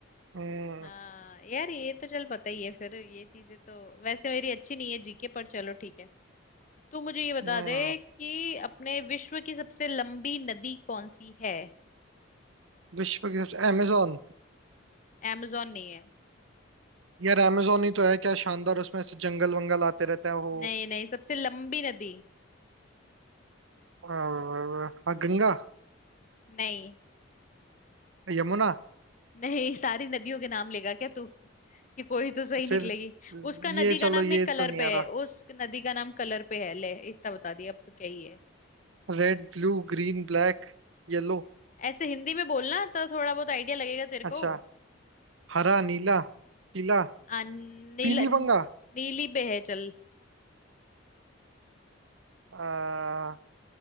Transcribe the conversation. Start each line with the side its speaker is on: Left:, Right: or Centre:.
Right: हम्म
Left: हाँ यार ये तो चल पता ही है फिर ये चीजें तो वैसे मेरी अच्छी नहीं है जीके पर चलो ठीक है तू मुझे ये बता
Right: हम्म
Left: दे कि अपने विश्व की सबसे लंबी नदी कौन सी है
Right: विश्व की सबसे अमेजोन
Left: amazon नहीं है
Right: यार अमेजोन ही तो है क्या शानदार उसमें से जंगल वंगल आते रहते हैं वो
Left: नहीं नहीं सबसे लंबी नदी
Right: अ, हाँ गंगा
Left: नहीं
Right: यमुना
Left: नहीं <laughs> सारी नदियों के नाम लेगा क्या तू कि कोई तो सही
Right: तो
Left: निकलेगी
Right: फिर
Left: उसका नदी
Right: ये चलो
Left: का नाम
Right: ये
Left: एक कलर
Right: तो नहीं
Left: पे
Right: आ रहा
Left: है उस नदी का नाम कलर पे है ले इतना बता दिया अब तो क्या ही है
Right: Red blue green black yellow
Left: ऐसे हिंदी में बोलना तो थोड़ा बहुत आइडिया लगेगा तेरे
Right: अच्छा
Left: को
Right: हरा नीला पीला
Left: आ, नील
Right: पीली बंगा
Left: नीली पे है चल
Right: अ,